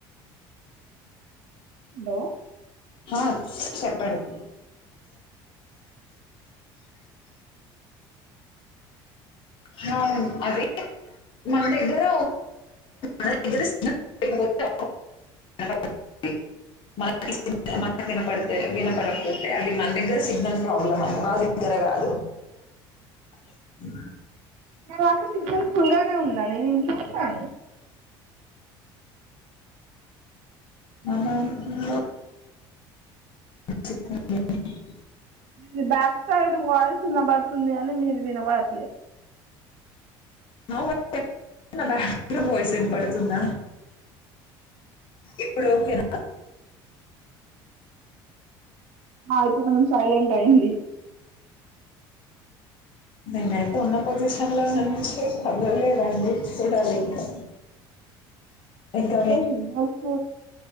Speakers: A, on the right; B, on the left.
A: హలో
B: హా చెప్పండి హా అండి అది మన దగ్గర మన దగ్గర సిగ్నల్ లేకపోతే విన ప <inaudible> ట్లే మన <inaudible> మనకి వినపడట్లేదు వినపడట్లేదులే అది మన దగ్గర సిగ్నల్ ప్రాబ్లం అని వాళ్ళ దగ్గర కాదు అ
A: నా దాంట్లో సిగ్నల్ ఫుల్ గానే ఉండాలి చూసాను
B: అవున ఓ సిగ్నల్ లే దు
A: మీ బ్యాక్ సైడ్ వాయిస్ వినబడుతుంది కానీ మీ ది వినబడట్లే
B: నా <inaudible> నా బ్యాక్ సైడ్ వాయిస్ వినపడుతుంద ఇప్పుడు ఓకేనా
A: ఆ ఇప్పుడు కొంచెం సైలెంట్ అయింది
B: నేనైతే ఉన్న పొజిషన్ లో నుంచి కదలేదండి చూడాలి ఇంకా ఇంకా
A: ఏ సి బస్